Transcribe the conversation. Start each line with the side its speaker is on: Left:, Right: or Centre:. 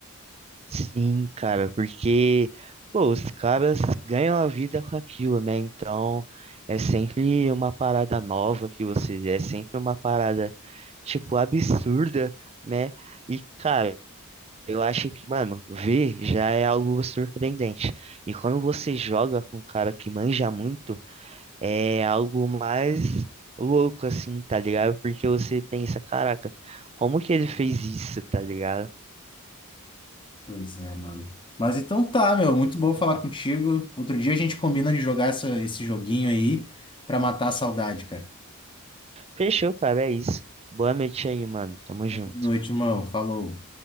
Right: Sim, cara, porque, pô, os caras ganham a vida com aquilo, né? Então, é sempre uma parada nova que você vê, é sempre uma parada, tipo, absurda, né? E, cara, eu acho que, mano, ver já é algo surpreendente. E quando você joga com um cara que manja muito, é algo mais louco, assim, tá ligado? Porque você pensa, caraca, como que ele fez isso, tá ligado?
Left: Pois é, mano. Mas então tá, meu, muito bom falar contigo. Outro dia a gente combina de jogar essa- esse joguinho aí pra matar a saudade, cara.
Right: Fechou, cara, é isso. Boa noite aí, mano. Tamo junto.
Left: Boa noite, irmão. Falou.